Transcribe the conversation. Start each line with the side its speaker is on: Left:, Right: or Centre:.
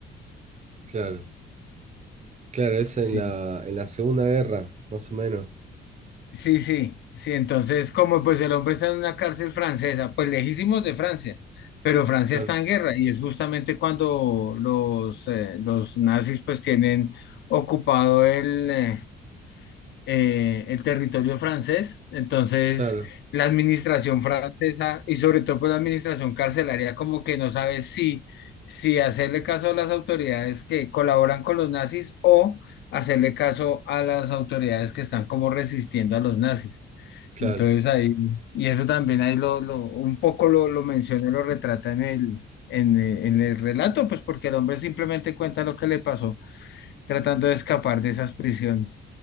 Right: claro. Claro, es
Left: Sí.
Right: en la, en la Segunda Guerra, más o menos.
Left: Sí, sí, sí. Entonces, como pues el hombre está en una cárcel francesa, pues lejísimos de Francia, pero Francia
Right: Claro,
Left: está en guerra y es justamente cuando los, eh, los nazis pues tienen ocupado el, eh, eh, el territorio francés. Entonces,
Right: claro,
Left: la administración francesa y sobre todo pues la administración carcelaria como que no sabe si, si hacerle caso a las autoridades que colaboran con los nazis o hacerle caso a las autoridades que están como resistiendo a los nazis.
Right: claro.
Left: Entonces ahí, y eso también ahí lo, lo un poco lo, lo menciona, y lo retrata en el, en, el- en el relato, pues porque el hombre simplemente cuenta lo que le pasó tratando de escapar de esas prisiones.